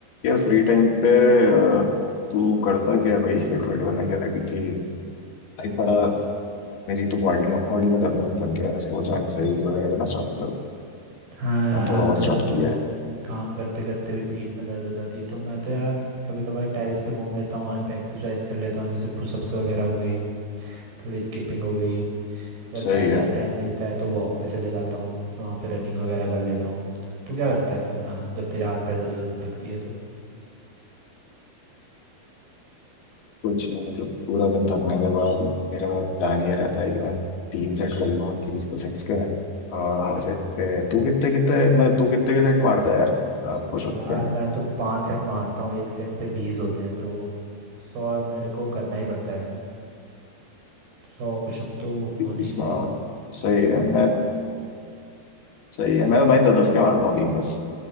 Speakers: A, on the left; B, on the right.
A: यार free time पे अ, तू करता क्या है भाई फिट वेट होने के लगी कि भाई बड़ा मेरी तो बॉडी में बॉडी में दर्द होने लग गया है सोचा एक्सरसाइज वगैरह करना स्टार्ट करूँ
B: हाँ यार
A: मैंने थोड़ा
B: आजकल
A: बहुत स्टार्ट
B: तो
A: किया है
B: काम करते करते भी पीठ में दर्द हो जाती है तो मैं तो यार कभी कभार टेरेस पे घूम लेता हूँ वहाँ पे एक्सरसाइज कर लेता हूँ जैसे पुशअप्स वगैरह हो गई थोड़ी स्किपिंग हो गई अगर
A: सही
B: ज़्यादा
A: है
B: ही टाइम मिलता है तो वॉक पे चले जाता हूँ तो वहाँ पे रनिंग वगैरह कर लेता हूँ तू क्या करता है वरना जब तेरे हाथ पैर दर्द होने लगती है तो
A: कुछ नहीं मतलब पूरा दिन थकने के बाद मेरा प्लान ये रहता है कि मैं तीन सेट कर लूँगा तीस पुशअप्स के अ, हर सेट पे तू कितने कितने मतलब तू कितने के सेट मारता है यार पुशअप
B: यार
A: पे
B: मैं तो पाँच सेट मारता हूँ एक सेट पे बीस होते हैं तो सौ मेरे को करना ही पड़ता है सौ पुशअप तो होने
A: इसका
B: ही चाहिए
A: सही है मैं सही है मैं तो भाई दस दस के मारता हूँ तीन बस